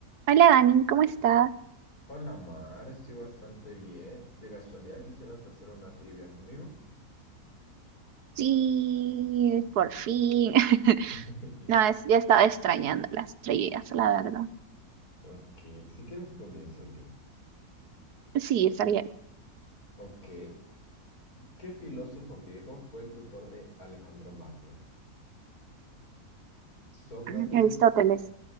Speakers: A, on the right (about 85°); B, on the left (about 70°).
A: Hola Dani, ¿cómo estás?
B: Hola Mar, estoy bastante bien. ¿De casualidad quisieras hacer una trivia conmigo?
A: Sí, por fin. <laughs>
B: <laughs>
A: No, es- ya estaba extrañando las trivias, la verdad.
B: Ok, si quieres comienzo yo.
A: Sí, estaría bien.
B: Ok, ¿qué filósofo griego fue el tutor de Alejandro Magno? Sócrates.
A: Ah, Aristóteles.